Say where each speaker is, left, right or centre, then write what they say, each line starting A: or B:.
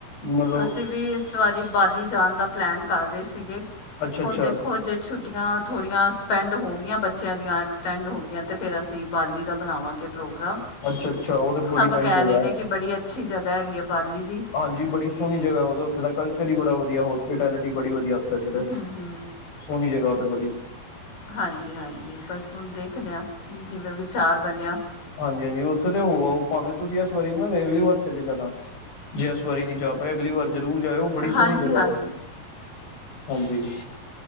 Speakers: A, on the left; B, on the left.
A: ਮਤਲਬ
B: ਅਸੀਂ ਵੀ ਇਸ ਵਾਰੀ ਬਾਲੀ ਜਾਣ ਦਾ ਪਲੈਨ ਕਰ ਰਹੇ ਸੀਗੇ
A: ਅੱਛਾ ਅੱਛਾ
B: ਹੁਣ ਦੇਖੋ ਜੇ ਛੁੱ ਛੁੱਟੀਆਂ ਥੋੜੀਆਂ ਸਪੈਂਡ ਹੋ ਗਈਆਂ ਬੱਚਿਆਂ ਦੀਆਂ ਐਕਸਟੈਂਡ ਹੋ ਗਈਆਂ। ਤੇ ਫਿਰ ਅਸੀਂ ਬਾਲੀ ਦਾ ਬਣਾਵਾਂਗੇ ਪ੍ਰੋਗਰਾਮ
A: ਅੱਛਾ ਅੱਛਾ ਉਹ ਤੇ
B: ਸਭ
A: ਬੜੀ ਨਾਈਸ
B: ਕਹਿ
A: ਜਗ੍ਹਾ
B: ਰਹੇ ਨੇ ਕਿ ਬੜੀ ਅੱਛੀ ਜਗ੍ਹਾ ਹੈਗੀ ਆ ਬਾਲੀ ਵੀ,
A: ਹਾਂਜੀ ਬੜੀ ਸੋਹਣੀ ਜਗ੍ਹਾ ਉਹ ਉੱਥੇ ਦਾ ਕਲਚਰ ਈ ਬੜਾ ਵਧੀਆ ਹੋਸਪੀਟੈਲਿਟੀ ਬੜੀ ਵਧੀਆ ਉੱਥੇ ਦੀ ਤੇ
B: ਹੂੰ ਹੂੰ
A: ਸੋਹਣੀ ਜਗਾ ਉਹ ਤੇ ਬੜੀ
B: ਹਾਂਜੀ-ਹਾਂਜੀ ਬਸ ਹੁਣ ਦੇਖਦਿਆ ਜਿਵੇਂ ਵਿਚਾਰ ਬਣਿਆ।
A: ਹਾਂਜੀ ਹਾਂਜੀ ਉੱਥੇ ਤੇ ਹੋ ਆ ਭਾਵੇਂ ਤੁਸੀਂ ਇਸ ਵਾਰੀ ਨਾ ਅਗਲੀ ਵਾਰ ਚਲੇ ਜਾਣਾ ਜੇ ਅ ਵਾਰੀ ਨੀ ਜਾ ਭ ਅਗਲੀ ਵਾਰ ਜ਼ਰੂਰ ਜਾਇਓ ਬੜੀ
B: ਹਾਂਜੀ
A: ਸੋਹਣੀ ਜਗ੍ਹਾ
B: ਹਾਂਜੀ
A: ਉਹ, ਹਾਂਜੀ